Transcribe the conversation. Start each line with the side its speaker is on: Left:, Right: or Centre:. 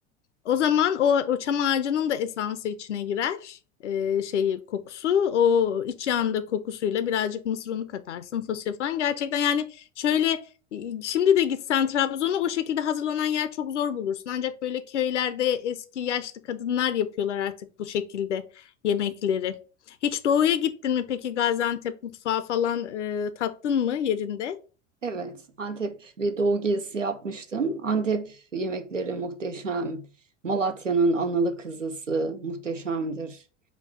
Left: O zaman o, o çam ağacının da esansı içine girer. Ee, şeyi kokusu o iç yanda kokusuyla birazcık mısır unu katarsın fasulye falan gerçekten yani şöyle e, şimdi de gitsen Trabzon'a o şekilde hazırlanan yer çok zor bulursun ancak böyle köylerde eski yaşlı kadınlar yapıyorlar artık bu şekilde yemekleri hiç doğuya gittin mi peki Gaziantep mutfağı falan e, tattın mı yerinde
Right: Evet, Antep bir doğu gezisi yapmıştım. Antep yemekleri muhteşem. Malatya'nın analı kızısı muhteşemdir.